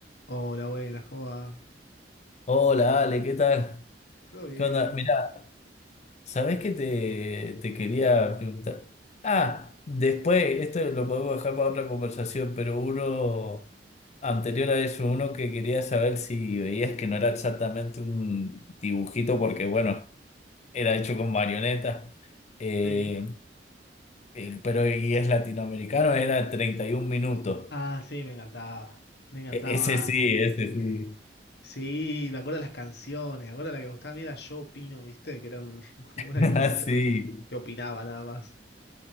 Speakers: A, on the left (about 65°); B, on the left (about 40°).
A: Hola, buenas, ¿cómo va?
B: Hola Ale, ¿qué tal?
A: ¿Todo bien?
B: ¿Qué onda? Mirá, ¿sabés qué te, te quería preguntar? Ah, después, esto lo podemos dejar para otra conversación, pero uno anterior a eso, uno que quería saber si veías que no era exactamente un dibujito, porque bueno, era hecho con marionetas, eh,
A: Sí,
B: eh, pero y es latinoamericano, era 31 minutos.
A: Ah, sí, me encantaba. Me encantaba.
B: E- ese sí, ese
A: <laughs>
B: sí.
A: eh, Sí, me acuerdo de las canciones. Me acuerdo la que me gustaba a mí era Yo Opino, ¿viste? Que era un, <laughs> como
B: <laughs>
A: un animalito
B: Sí.
A: que opinaba nada más.